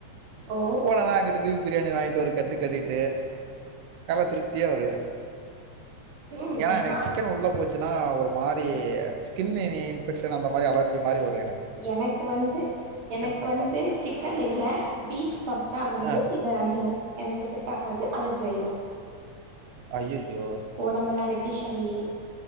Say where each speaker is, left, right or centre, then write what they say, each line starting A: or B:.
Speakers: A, on the right; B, on the right.
A: ஓ
B: போனேனா அங்குட்டு பீஃப் பிரியாணி வாங்கிட்டு ஒரு கட்டு கட்டிட்டு நல்லா திருப்தியா வருவே
A: ம்
B: ஏனா எனக்கு
A: நா
B: சிக்கன் உள்ள போச்சுன்னா ஒரு மாரி ஸ்கின் இனி இன்பெக்ஷன் அந்த மாரி அலர்ஜி மாரி வரு
A: எனக்கு வந்து எனக்கு
B: சாப்பிட்டா
A: வந்து சிக்கன் இல்ல பீஃப் சாப்ட்டா வந்து
B: ஆ
A: இது ஆயிரு எனக்கு செட் ஆகாது அலர்ஜி ஆயிரு
B: அய்யய்யோ
A: ஒடம்பெல்லா ரெட்டிஷ் ஆயி